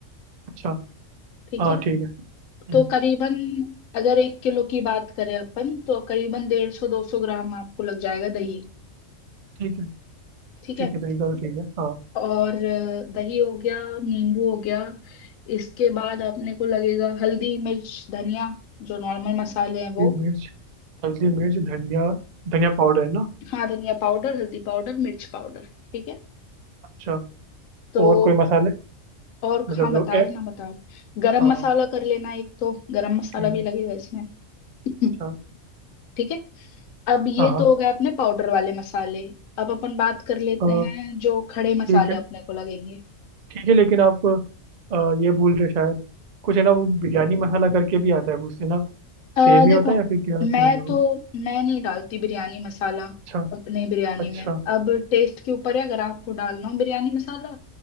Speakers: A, on the right (about 70°); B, on the left (about 85°).
A: अच्छा
B: ठीक
A: हाँ
B: है
A: ठीक है हम्म,
B: तो करीबन अगर एक किलो की बात करें अपन तो करीबन डेढ़ सौ दो सौ ग्राम आपको लग जाएगा दही
A: ठीक है
B: ठीक
A: ठीक
B: है
A: है दही का तो ठीक है हाँ
B: और अ, दही हो गया नींबू हो गया इसके बाद अपने को लगेगा हल्दी मिर्च धनिया जो नॉर्मल मसाले हैं वो
A: हरी मिर्च हल्दी मिर्च धनिया धनिया पाउडर है ना
B: हाँ धनिया पाउडर हल्दी पाउडर मिर्च पाउडर ठीक है
A: अच्छा
B: तो
A: और कोई मसाले
B: और
A: मतलब
B: हाँ बता
A: जो ए
B: रहे ना बता रहे गरम
A: हाँ
B: मसाला
A: हाँ,
B: कर लेना एक तो गरम मसाला
A: ठीक
B: भी
A: है
B: लगेगा इसमें <laughs>
A: अच्छा
B: <clears throat> ठीक है अब ये
A: हाँ हाँ
B: तो हो गए अपने पाउडर वाले मसाले अब अपन बात कर लेते
A: अ,
B: हैं जो खड़े मसाले
A: ठीक है
B: अपने को लगेंगे
A: ठीक है लेकिन आप अ, ये बोल रहे शायद कुछ है ना वो बिरयानी मसाला करके भी आता है वो उससे ना
B: आ,
A: सेम ही
B: देखो
A: होता है या फिर क्या सेम
B: मैं
A: है वो
B: तो मैं नहीं डालती बिरयानी मसाला
A: अच्छा
B: अपने बिरयानी
A: अच्छा
B: में अब टेस्ट के ऊपर है अगर आपको डालना हो बिरयानी मसाला